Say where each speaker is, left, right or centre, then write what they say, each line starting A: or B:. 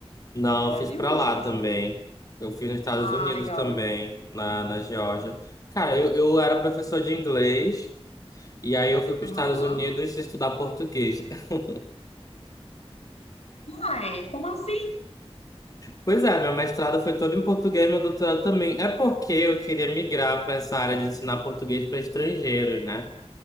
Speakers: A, on the left; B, on the left.
A: Não,
B: no Brasil
A: eu fiz pra
B: ou
A: lá
B: você fez
A: também.
B: fora?
A: Eu fiz nos Estados
B: Ah,
A: Unidos
B: legal.
A: também, na, na Geórgia. Cara, eu, eu era professor de inglês e aí eu fui para
B: Aham.
A: os Estados Unidos estudar português. <laughs>
B: Uai, como assim?
A: Pois é, meu mestrado foi todo em português, meu doutorado também. É porque eu queria migrar para essa área de ensinar português para estrangeiros, né?